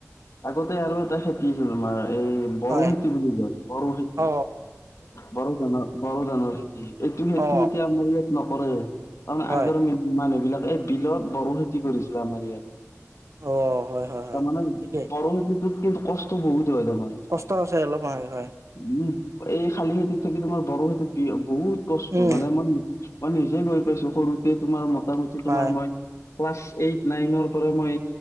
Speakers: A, on the left; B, on the right.
A: আগতে আৰু এটা খেতিছিলো আমাৰ এই বড়ো
B: হয়
A: খেতি বুলি কয় বড়ো খেতি
B: অ
A: বড়ো ধানৰ বড়ো, ধানৰ- খেতি এইটো খেতি
B: অ
A: এতিয়া আমাৰ ইয়াত নকৰে কাৰ
B: হয়
A: আগৰ মানুহ বিলাক এই বিলত- বড়ো খেতি কৰিছিলে আমাৰ ইয়াত
B: অ হয় হয় হয়
A: তাৰমানে
B: ঠিকেই
A: বড়ো খেতিটো- কিন্তু কষ্ট বহুত হয় তাৰমানে তোমাৰ
B: কষ্ট আছে অলপ হয় হয়
A: উম- এই শালি খেতিত থাকি তোমাৰ বড়ো খেতিত বি বহুত কষ্ট
B: উম
A: মানে মই মই নিজে গৈ
B: ঠিকেই
A: পাইছো সৰুতে তোমাৰ মোটামুটি
B: হয়
A: তোমাৰ মই- ক্লাছ এইট নাইনৰ পৰা মই